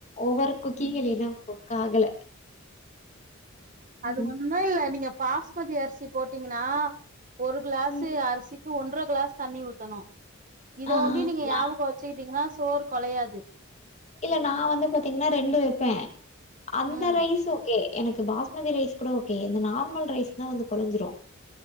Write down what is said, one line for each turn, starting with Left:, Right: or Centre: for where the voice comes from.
Left: ஓவர் குக்கிங்
Right: ம்
Left: இல்லைனா குக் ஆகல
Right: அது
Left: ம்
Right: ஒன்னு இல்ல நீங்க பாஸ்மதி அரிசி போட்டீங்கனா ஒரு கிளாஸு
Left: ம்
Right: அரிசிக்கு ஒன்ற கிளாஸ் தண்ணி ஊத்தணு இத
Left: ஆ ஆ
Right: ஒண்டி நீங்க
Left: நா
Right: ஞாபகோ வெச்சுக்கிட்டீங்கனா சோறு கொழயாது
Left: இல்ல நா வந்து பாத்தீங்ன்னா ரெண்டு வெப்பே அந்த
Right: ம்
Left: ரைஸு ஓகே எனக்கு பாஸ் மதி ரைஸ் கூட ஓகே இந்த நார்மல் ரைஸ் தா வந்து கொழஞ்சிரு